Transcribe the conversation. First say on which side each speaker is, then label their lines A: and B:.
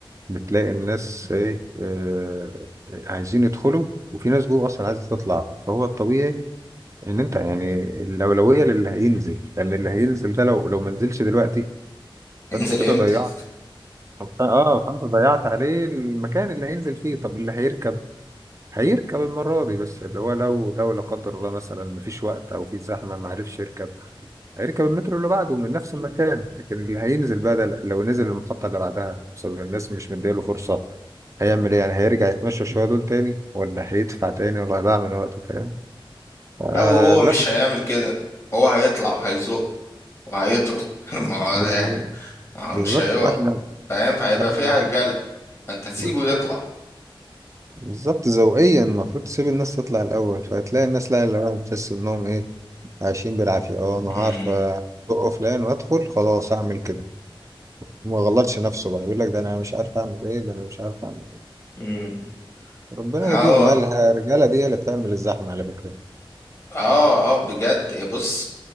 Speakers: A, on the right; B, on the left.
A: بتلاقي الناس إيه آه، عايزين يدخلوا وفي ناس جوه أصلا عايزة تطلع فهو الطبيعي ان انت يعني الاولويه للي هينزل لان اللي هينزل ده لو لو ما نزلش دلوقتي
B: هينزل
A: فانت كده
B: امتى
A: ضيعت فانت- اه فانت ضيعت عليه المكان اللي هينزل فيه طب اللي هيركب هيركب المره دي بس اللي هو لو لو لا قدر الله مثلا مفيش وقت او في زحمه ما عرفش يركب هيركب المترو اللي بعده من نفس المكان لكن اللي هينزل بقى ده لو نزل المحطه اللي بعدها بسبب الناس مش مديله فرصه هيعمل ايه يعني هيرجع يتمشى شويه دول تاني ولا هيدفع تاني ولا هيضيع من وقته فاهم آه
B: لا وهو
A: لا
B: مش هيعمل كده هو هيطلع وهيزق وهيضرب <laughs> ما هو
A: بالظبط
B: يعني آه،
A: بالظبط
B: مش هيقع
A: فاحنا
B: فاهم فهيبقى
A: احنا
B: فيها رجالة فانت تسيبه
A: بالظبط
B: يطلع
A: بالظبط ذوقيا المفروض تسيب الناس تطلع الاول فهتلاقي الناس لا اللي هو بتحس انهم ايه عايشين بالعافيه اه انا
B: مم.
A: هعرف ازق فلان وادخل خلاص اعمل كده ما غلطش نفسه بقى يقول لك ده انا مش عارف اعمل ايه ده انا مش عارف اعمل ايه
B: مم.
A: ربنا
B: هو
A: يهديهم وقال ها، الرجاله دي هي اللي بتعمل الزحمه على فكره
B: اه اه بجد إيه، بص